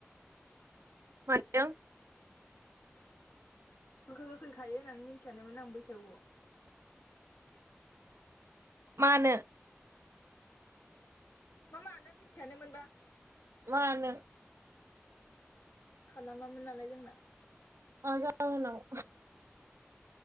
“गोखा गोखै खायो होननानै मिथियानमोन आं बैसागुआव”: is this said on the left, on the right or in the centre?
Left